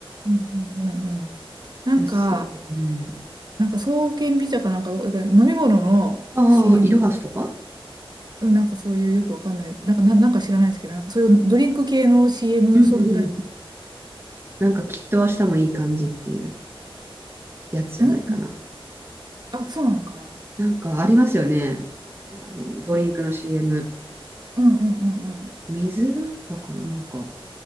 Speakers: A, on the right; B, on the right.
A: うんうんうんうん。なんか、
B: いや、すごい。うん。
A: なんか爽健美茶かなんか、飲み物の
B: ああ、
A: CM、
B: イロハスとか
A: うんなんかそういうよくわかんない、なんか、な、なんか知らないですけど、なんかそういうドリンク系の CM
B: うんうんうん。
A: ソングらしい。
B: なんかきっと明日もいい感じっていうやつじゃないかな。
A: うんあ、そうなんかな
B: なんかありますよね。あの、ドリンクの CM。
A: うんうんうんうん。
B: 水だったかななんか。